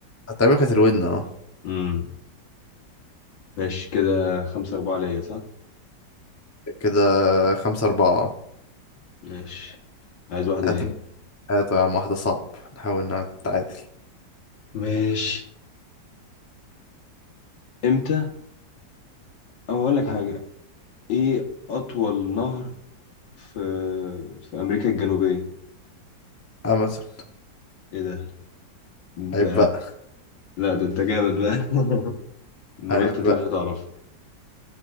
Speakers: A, on the left; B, on the left.
A: تقريبا كانت الودن اه
B: امم ماشي كده خمسة أربعة ليا صح
A: كده خمسة أربعة
B: ماشي عايز واحدة
A: هات
B: ايه
A: انت- هات يا عم واحدة صعب نحاول نتعادل
B: ماشي امتى او اقول لك
A: اه
B: حاجة ايه اطول نهر في في امريكا الجنوبية
A: أمازون
B: ايه ده انت
A: عيب بقى
B: لا ده انت جامد بقى <laughs> انا
A: عيب
B: قلت انت
A: بقى
B: مش هتعرفه